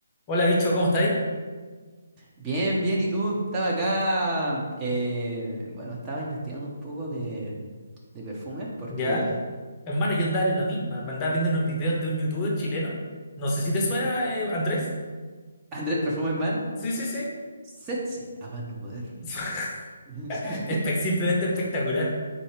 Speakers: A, on the left (about 20°); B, on the right (about 20°).
A: Hola, bicho, ¿cómo estáis?
B: Bien, bien, ¿y tú? Estaba acá, eh, bueno, estaba investigando un poco de, de perfumes porque
A: Ya. Hermano, yo andaba en la misma. Me andaba viendo unos videos de un youtuber chileno. No sé si te suena, eh, Andrés.
B: <laughs> Andrés Perfumes Man,
A: Sí, sí, sí.
B: sexy, a más no poder.
A: <laughs>
B: <laughs>
A: Espe- simplemente espectacular.